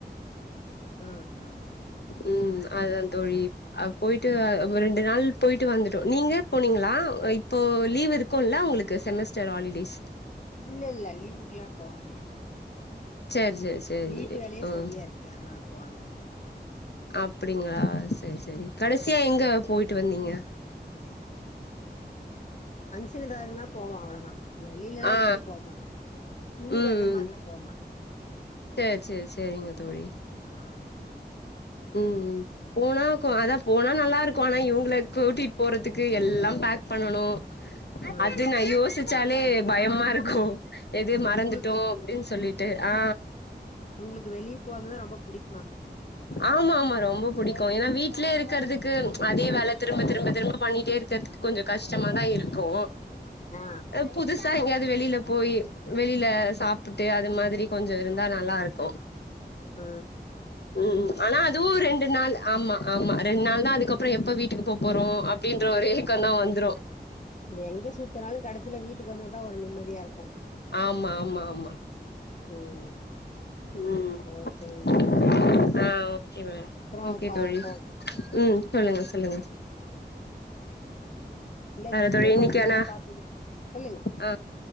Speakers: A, on the left; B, on the left.
A: ம் ம்
B: ம் அதா தோழி ஆ போயிட்டு
A: ஓகே
B: ரெண்டு நாள் போயிட்டு வந்துட்டோ நீங்க போனிங்ளா இப்போ லீவ் இருக்குல்ல அவுங்களுக்கு இந்த செமஸ்டர் ஹாலிடேஸ்
A: இல்ல இல்ல லீவுக்ல்லா போறது இல்ல
B: சேரி சேரி சேரி
A: வீட்டு வேலயே
B: ம்
A: சரியா இருக்கு அதனால போனது இல்லங்கமா ர <unintelligible>
B: அப்டிங்ளா சரி சரி கடைசியா எங்க போய்ட்டு வந்திங்க
A: சின்னதாரங்களா போவோ அவ்ளோதா வெளில்லலா
B: ஆ
A: எங்கேயு போக மாட்டோ டூர்
B: ம்
A: அந்த மாரில்லா போ மாட்டோ
B: சேரி சேரி சேரிங்க தோழி
A: ம்
B: ம் போனா அதா போனா நல்லா இருக்கு ஆனா இவங்கள கூட்டிட்டு போறதுக்கு எல்லா பேக் பண்ணனு
A: ம்
B: அது நா யோசித்து ச்சாலே பயமா இருக்கு எதயோ மறந்துட்டோ
A: உங்களுக்கு
B: அப்டின்னு சொல்லிட்டு ட்டு ஆ
A: உங்களுக்கு வெளிய போறதுதா ரொம்ப பிடிக்கு
B: ஆமா ஆமா ரொம்ப புடிக்கு ஏன்னா வீட்லே இருக்குறதுக்கு அதே வேலைக்கு திரும்ப திரும்ப திரும்ப பண்ணிட்டே டென்துக்கு கொஞ்ச கஷ்டமா தா இருக்கு
A: ஆ
B: அ புதுசா எங்கையாவது வெளியில போய் வெளில சாப்பிட்டு அது மாதிரி கொஞ்ச இருந்தா நல்லா இருக்கு
A: உ
B: உ ஆனா அதுவு ரெண்டு நாள் ஆமா ஆமா ரெண்டு நாள் தா அதுக்கப்புறோ எப்ப வீட்டுக்கு போ போறோ அப்படின்ற ஒரு ஏக்கோ தா வந்துரு
A: எங்க சுத்துனாலு கடைசில வீட்டுக்கு வந்ததா ஒரு நிம்மதியா இருக்
B: ஆமா ஆமா ஆமா
A: ம்
B: உ
A: ஓகேங் மேடம்
B: உ ஆ ஒகே மேம்
A: அப்றோ
B: ஒகே
A: பா
B: தோழி உ
A: ஓ
B: சொல்லுங்க சொல்லுங்க
A: இல்ல
B: வேற
A: சின்ன
B: தோழி இன்னைக்கான
A: குழந்தைங்க பாத்துக்கிட்டு சொல்லுங்க
B: ஆ